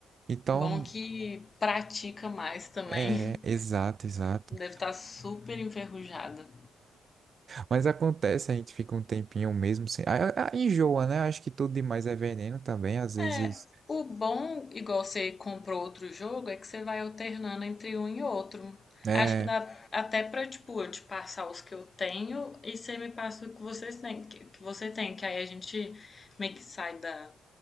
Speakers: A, on the right; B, on the left.
A: Então,
B: bom que pratica mais também.
A: é, exato, exato.
B: Deve estar super enferrujada.
A: Mas acontece, a gente fica um tempinho mesmo sem. A, a- enjoa, né? Acho que tudo demais é veneno também, às vezes.
B: É, o bom, igual você comprou outro jogo, é que você vai alternando entre um e outro.
A: É,
B: Acho que dá até pra, tipo, eu te passar os que eu tenho e você me passa o que vocês têm, que, que você tem, que aí a gente meio que sai da,